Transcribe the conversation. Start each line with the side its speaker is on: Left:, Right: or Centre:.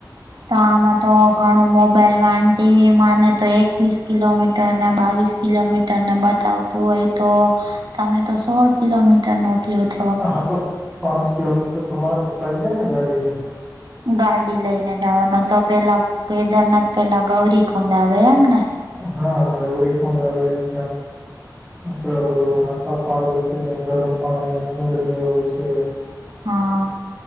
Right: તો આમાં તો ઘણું મોબાઈલમાં ટીવીમાં ને તો એકવીસ કિલોમીટરને બાવીસ. કિલોમીટરને બતાવતું હોય તો તમે તો સોળ કિલોમીટર મૂકયો છ.
Centre: હા તો પાંચ કિલોમીટર તમારા કપાઈ ગયા ને ગાડીને.
Right: ગાડી લઈને જવાનું તો પેલા. કેદારનાથ પેલા ગૌરી કુંડ આવે એમને.
Centre: હા ગૌરી કોડ આવે ત અડ ઓલું માતા પારવતી. કે ગરમ પાણી ન કુંડ એવું છે.
Right: હા.